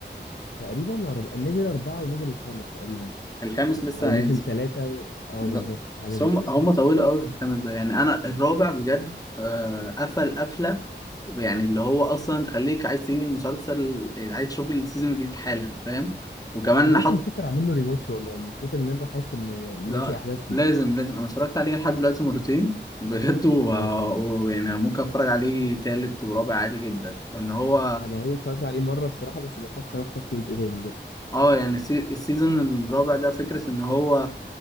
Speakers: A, on the left (about 75°); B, on the left (about 20°).
A: تقريبا أرب... نزل اربعه ونزل الخامس تقريبا
B: الخامس لسه
A: او نزل
B: هينزل
A: ثلاثه و... اه
B: ب-
A: بالظبط حاجه
B: بس
A: زي
B: هم
A: كده
B: هم طولوا قوي في الخمس دقايق يعني انا الرابع بجد آه، قفل قفله يعني اللي هو اصلا تخليك عايز تسيب المسلسل يعني عايز تشوف السيزون الجديد حالا فاهم وكمان
A: انا
B: حط
A: اصلا بفكر اعمل له ريواتش والله من كتر ان انا حاسس ان
B: لا
A: ناسي احداث فيه
B: لازم لازم انا اتفرجت عليه لحد دلوقتي مرتين بجد و-
A: اه
B: ويعني ممكن اتفرج عليه تالت ورابع عادي جدا وان هو
A: انا هي اتفرجت عليه مره الصراحه بس بفكر اخطف جزء تاني كده
B: اه يعني السي- السيزون الرابع ده فكرة ان هو